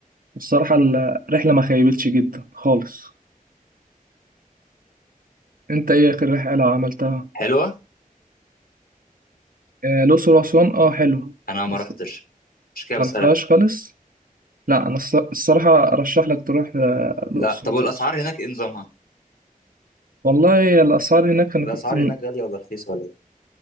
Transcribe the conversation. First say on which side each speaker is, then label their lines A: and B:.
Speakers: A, on the right; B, on the left.
A: والصراحة الرحلة ما خيبتش جدا خالص أنت إيه آخر رحلة عملتها؟
B: حلوه
A: آه، الأقصر وأسوان أه حلو
B: انا ما
A: بس
B: رحتش مش كده
A: ما
B: بسالك
A: رحتهاش خالص؟ لا أنا الص- الصراحة أرشح لك تروح آه، الأقصر
B: لا طب والاسعار
A: وأسوان
B: هناك ايه نظامها
A: والله الأسعار هناك أنا
B: الاسعار
A: كنت
B: هناك غاليه ولا رخيصه ولا ايه